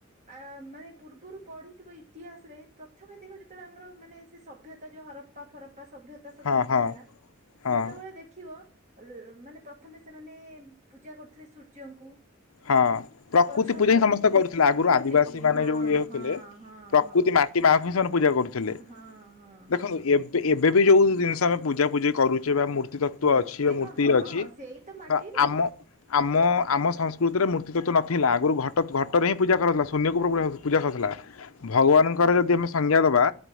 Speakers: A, on the right (about 35°); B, on the left (about 85°).
A: ଆ ମାନେ ପୂର୍ବରୁ ପଢିଥିବ ଇତିହାସରେ ପ୍ରଥମେ ଦେଖ ଯେତେବେଳେ ଆମର ମାନେ ସେ ସଭ୍ୟତା ଯୋଉ ହରପା ଫରପପା ସଭ୍ୟତା ସବୁ
B: ହଁ
A: ଆସିଥିଲା
B: ହଁ ହଁ
A: ସେତେବେଳେ ଦେଖିବ। କଣ ମାନେ ପ୍ରଥମେ ସେମାନେ ପୂଜା କରୁଥିଲେ ସୂର୍ଯ୍ୟଙ୍କୁ।
B: ହଁ ପ୍ରକୃତି
A: ଗଛକୁ
B: ପୂଜା ହିଁ ସମସ୍ତେ କରୁଥିଲେ
A: ପ୍ରକୃତି
B: ଆଗରୁ ଆଦିବାସୀ
A: କି
B: ମାନେ
A: ହଁ
B: ଯୋଉ ଇଏ ହଉଥିଲେ
A: ହଁ ହଁ
B: ପ୍ରକୃତି
A: ହଁ।
B: ମାଟି ମାଆକୁ ହିଁ ସେମାନେ ପୂଜା କରୁଥିଲେ।
A: ହଁ ହଁ
B: ଦେଖନ୍ତୁ
A: ହଁ
B: ଏବେ ବି ଯୋଉ ଜିନିଷ ଆମେ ପୂଜା ପୂଜି କରୁଛେ ବା ମୂର୍ତ୍ତି- ତତ୍ତ୍ୱ
A: ପ୍ରତ୍ୟେକ
B: ଅଛି। ମୂର୍ତ୍ତି
A: ହଁ
B: ଅଛି।
A: ସେଇ ମାଟିରୁ
B: ତ ଆମ ଆମ ଆମ ସଂସ୍କୃତି- ମୂର୍ତ୍ତିରେ ମୂର୍ତ୍ତି ତ ନଥିଲା। ଆଗରୁ ଘଟ ଘଟରେ ହିଁ ପୂଜାକାରା ଯାଉଥିଲା। ଶୂନ୍ୟ କୁ ପୂଜା କରାଯାଉଥିଲା। ଭଗବାନଙ୍କ- ଥରେ ଯଦି ଆମେ ସନ୍ଧ୍ୟା ଦେବା,